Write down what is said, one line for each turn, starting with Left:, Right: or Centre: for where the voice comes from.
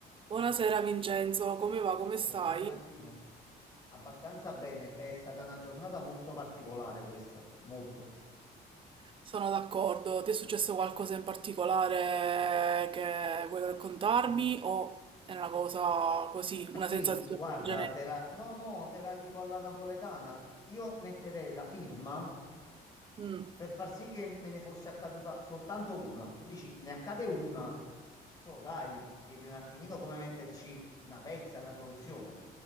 Right: Buonasera Vincenzo, come va? Come
Left: Buonasera
Right: stai?
Left: Martina, abbastanza bene, è stata una giornata molto particolare questa, molto.
Right: Sono d'accordo. Ti è successo qualcosa in particolare che vuoi raccontarmi o è una cosa così,
Left: Martì,
Right: una sensazione
Left: guarda,
Right: generica?
Left: te la... No, no, te la dico alla napoletana, io metterei la firma
Right: Mm.
Left: per far sì che me ne fosse accaduta soltanto una. Tu dici, ne accade una, tu dai, vedi un attimino come metterci una pezza, una soluzione.